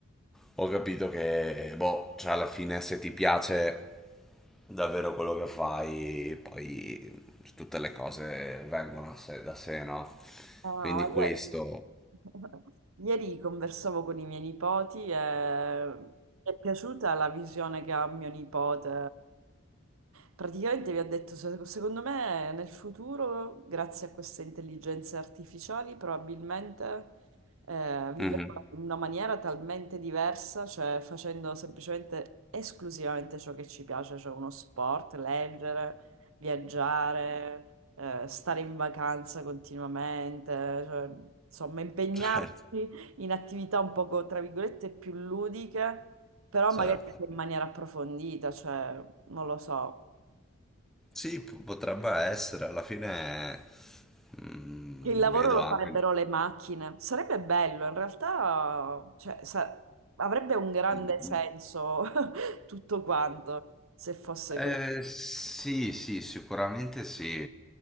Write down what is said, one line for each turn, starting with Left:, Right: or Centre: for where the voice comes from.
Centre: ho capito che, boh, cioè alla fine se ti piace davvero quello che fai, poi tutte le cose vengono a sé- da sé, no?
Right: Ah,
Centre: Quindi
Right: allora-
Centre: questo...
Right: <laughs> Ieri conversavo con i miei nipoti e mi è piaciuta la visione che ha mio nipote. Praticamente mi ha detto, "Se- secondo me nel futuro, grazie a queste intelligenze artificiali, probabilmente eh, vivremo
Centre: Mhm.
Right: in una maniera talmente diversa, cioè facendo semplicemente esclusivamente ciò che ci piace, cioè uno sport, leggere, viaggiare eh, stare in vacanza continuamente, cioè, insomma, impegnarsi
Centre: Certo,
Right: in attività un poco, tra virgolette, più ludiche, però
Centre: certo.
Right: magari anche in maniera approfondita, cioè, non lo so.
Centre: Sì, p- potrebbe essere, alla fine mm,
Right: Che il lavoro
Centre: vedo
Right: lo
Centre: anche...
Right: farebbero le macchine. Sarebbe bello, in realtà, cioè, sa- avrebbe un grande
Centre: mm,
Right: senso <laughs> tutto quanto se fosse
Centre: Eh,
Right: così.
Centre: sì, sì, sicuramente sì.